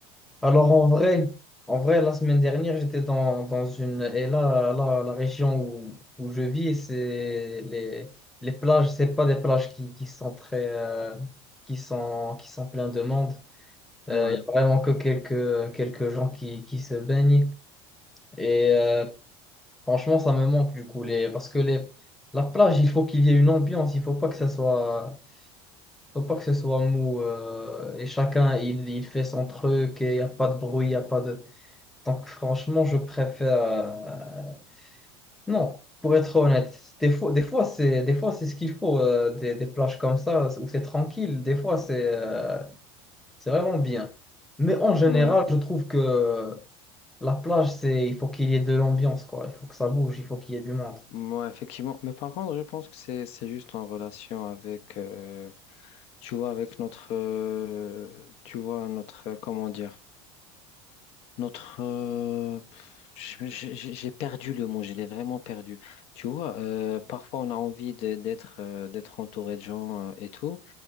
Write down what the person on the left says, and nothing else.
Ouais,
ouais,
ouais, effectivement. Mais par contre, je pense que c'est c'est juste en relation avec, euh, tu vois, avec notre, euh, tu vois, notre, euh, comment dire? Notre, euh, pff, je- je- j'ai j'ai perdu le mot, je l'ai vraiment perdu. Tu vois, euh, parfois on a envie de- d'être euh, d'être entouré de gens euh, et tout,